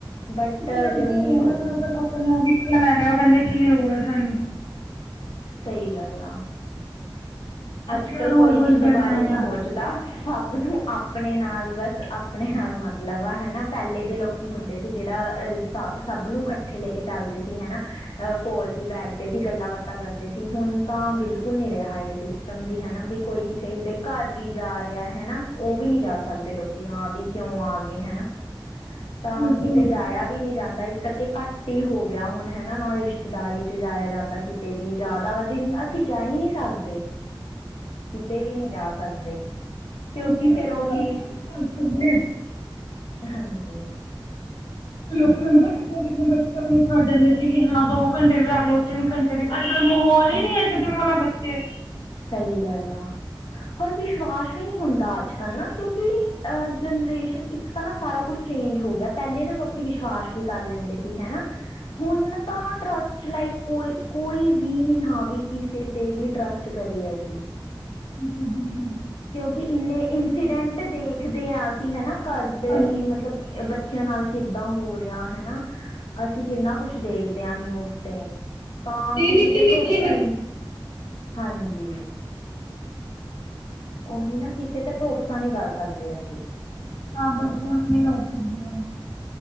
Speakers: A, on the left; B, on the left.
A: ਬਟ
B: ਸਮਝਦੇ
A: ਜਮੀ
B: ਨੀ
A: ਨਹੀਂ ਸੋਚਦੇ
B: ਨਾ ਉਹਣ ਕੋਲ ਆਪਣਾ <unintelligible> ਹੈਗਾ ਓਹ ਕਹਿੰਦੇ ਕੀ ਲੋੜ ਹੈ ਸਾਨੂੰ
A: ਸਹੀ ਗੱਲ ਆ
B: ਅਸੀਂ
A: ਅੱਜ
B: ਕਿਹੜਾ
A: ਕਲ
B: ਰੋਜ਼
A: ਕੋਈ
B: ਰੋਜ਼
A: ਕਿਸੇ
B: ਬਹਿਣਾ
A: ਬਾਰੇ ਨੀ
B: ਆ
A: ਸੋਚਦਾ। ਸਭ ਨੂੰ ਆਪਣੇ ਨਾਲ ਬਸ ਆਪਣੇ ਨਾਲ ਮਤਲਬ ਆ ਹਨਾ ਪਹਿਲੇ ਦੇ ਲੋਕੀ ਹੁੰਦੇ ਸੀ ਜ ਜਿਹੜਾ ਅ ਸਭ ਨੂੰ ਇਕੱਠੇ ਲੈ ਕੇ ਚੱਲਦੇ ਸੀ ਹਨਾ। ਕੋਲ ਵੀ ਬੈਠਦੇ ਸੀ ਗੱਲਾਂ ਬਾਤਾਂ ਕਰਦੇ ਸੀ, ਹੁਣ ਤਾਂ ਬਿਲਕੁਲ ਨੀ ਰਿਹਾ ਇਹ ਸੀ ਸਟਮ ਵੀ ਹਨਾ ਵੀ ਕੋਈ ਕਿਸੇ ਦੇ ਘਰ ਵੀ ਜਾ ਰਿਹਾ ਹਨਾ। ਉਹ ਵੀ ਨਹੀਂ ਜਾ ਸਕਦੇ ਲੋਕੀ ਹਾਂ ਵੀ ਕਿਉਂ ਆ ਗਏ ਹਨਾ। ਤਾਂ
B: ਬਿਲਕੁਲ
A: ਕਿਤੇ ਜਾਇਆ ਵੀ ਨਹੀ ਜਾਂਦਾ ਇਸ ਕਰਕੇ ਘੱਟ ਹੀ ਹੋ ਗਿਆ ਹੁਣ ਹਨਾ ਨਾ ਰਿਸ਼ਤੇਦਾਰੀ ਚ ਜਾਇਆ ਜਾਂਦਾ ਕਿਤੇ ਵੀ ਜ਼ਿਆਦਾ ਦਿਨ ਅਸੀਂ ਜਾਈ ਨਹੀ ਸਕਦੇ ਕਿਤੇ ਵੀ ਨਹੀਂ ਜਾ ਸਕਦੇ। ਕਿਉਂਕਿ
B: ਬੱਚੇ
A: ਫੇਰ ਉਹੀ
B: ਨਹੀਂ ਛੱਡ ਸਕਦੇ
A: ਹਾਂਜੀ।
B: ਲੋਕ ਤਾਂਨੂੰ ਪਤਾ ਨਿਕੇ ਨਿਕੇ ਬੱਚੇ ਆਪਣੇ ਛੱਡ ਜਾਂਦੇ ਸੀ, ਕਿ ਹਾਂ ਦੋ ਘੰਟੇ ਦੀ ਰੱਖ ਲਓ ਤਿੰਨ ਘੰਟੇ ਦੀ ਮਾਹੌਲ ਹੀ
A: ਸ
B: ਨੀ ਹੈ। ਛੱਡਣ ਵਾਲਾ ਬੱਚੇਆ
A: ਸਹੀ ਗੱਲ ਆ, ਹੋਰ ਵਿਸ਼ਵਾਸ ਵੀ ਨਹੀਂ ਹੁੰਦਾ, ਅੱਜ ਕੱਲ ਨਾ ਕਿਉਂਕਿ ਅਹ ਜਨਰੇਸ਼ਨ ਇੱਕ ਤਾਂ ਨਾ ਸਾਰਾ ਕੁਛ ਚੇਂਜ ਹੋ ਗਿਆ, ਪਹਿਲੇ ਨਾ ਲੋਕੀ ਵਿਸ਼ਵਾਸ ਵੀ ਕਰ ਲੈਂਦੇ ਸੀ ਹੈਨਾ। ਹੁਣ ਤਾਂ ਟਰੱਸਟ ਲਾਈਕ ਕੋਈ ਕੋਈ ਵੀ ਨੀ। ਹਾਂ ਵੀ ਕਿਸੇ ਤੇ ਵੀ ਟਰਸਟ ਕਰੀਏ ਅਸੀਂ
B: ਹੂ
A: ਕਿਉਂਕਿ ਇੰਨੇ ਇੰਸੀਡੈਂਟ ਦੇਖਦੇ ਹਾਂ ਅਸੀਂ ਹੈਨਾ। ਘਰ ਦੇ
B: ਹਾਂਜੀ
A: ਹੀ ਮਤਲਬ ਬੱਚਿਆਂ ਨਾਲ ਕਿੱਦਾਂ ਹੋ ਰਿਹਾ ਹੈਨਾ। ਅਸੀਂ ਕਿੰਨਾ ਕੁਛ ਦੇਖਦੇ ਹਾਂ ਨਿਊਜ਼ ਤੇ ਤਾਂ
B: ਜੀ
A: ਕਿਸੀ
B: ਨਿੱਕੀ
A: ਤੇ ਭਰੋਸਾ
B: ਨਿੱਕੀ
A: ਹੀ ਨਹੀਂ ਹਾਂਜੀ। ਉਹੀ ਨਾ ਕਿਸੇ ਤੇ ਭਰੋਸਾ ਨਹੀਂ ਕਰ ਸਕਦੇ ਅਸੀਂ
B: ਹਾਂ ਬਿਲਕੁਲ ਨੀ ਕਰ ਸਕਦੇ ਹ